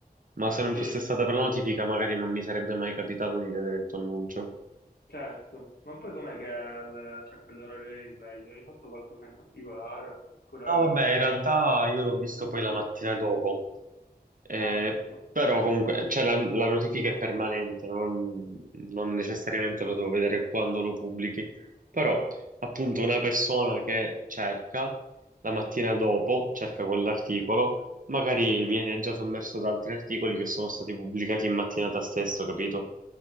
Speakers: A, on the right; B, on the left.
A: Ma se
B: Sì,
A: non fosse stata per la notifica, magari non mi sarebbe mai capitato di vedere il tuo annuncio.
B: certo. Ma poi com'è che al- c'è quell'orario di sveglio? Hai fatto qualcosa in particolare? Oppure...
A: No, vabbè, in realtà io l'ho visto poi la mattina dopo. Eh,
B: Ah, ok.
A: però comunque cioè, la, la notifica è permanente, non, non necessariamente lo devo vedere quando lo pubblichi, però appunto una persona che cerca la mattina dopo, cerca quell'articolo, magari viene già sommerso da altri articoli che sono stati pubblicati in mattinata stesso, capito?